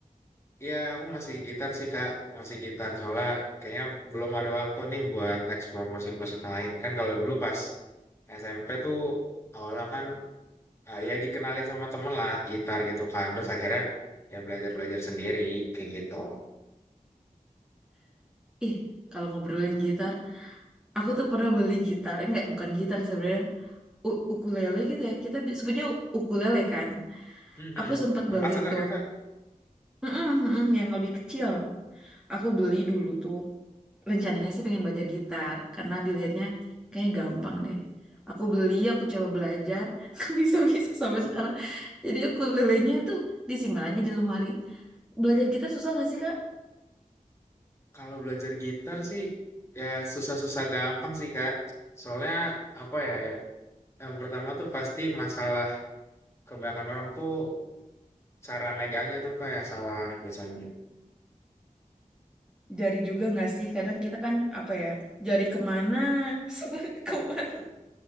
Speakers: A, on the left (about 20°); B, in the centre.
A: Ya aku masih gitar sih Kak, masih gitar. Soalnya kayaknya belum ada waktu nih buat eksplor musik-musik yang lain. Kan kalau dulu pas SMP tuh awalnya kan ah, ya dikenalin sama temen lah gitar gitu kan terus akhirnya ya belajar belajar sendiri kayak gitu
B: Ih, kalau ngobrolin gitar, aku tuh pernah beli gitar. Eh, Enggak, bukan gitar sebenarnya. U- ukulele gitu ya. Kita bi- sebutnya u- ukulele kan.
A: Mhm.
B: Aku sempat
A: empat
B: beli
A: senar
B: tuh.
A: kan kak
B: Mm-mm, mm-mm, yang lebih kecil. Aku beli dulu tuh. rencananya sih pengen belajar gitar karena dilihatnya kayak gampang deh. Aku beli, aku coba belajar, <laughs> aku bisa-bisa sampai sekarang. Jadi ukulelenya itu disimpan aja di lemari. Belajar gitar susah nggak sih, Kak?
A: kalau belajar gitar sih ya susah-susah gampang sih kak soalnya apa ya, ya yang pertama tuh pasti masalah kebanyakan orang tuh cara megangnya tuh kak yang salah biasanya
B: Jari juga nggak sih? Kadang kita kan apa ya? Jari kemana? <laughs> Senari kemana?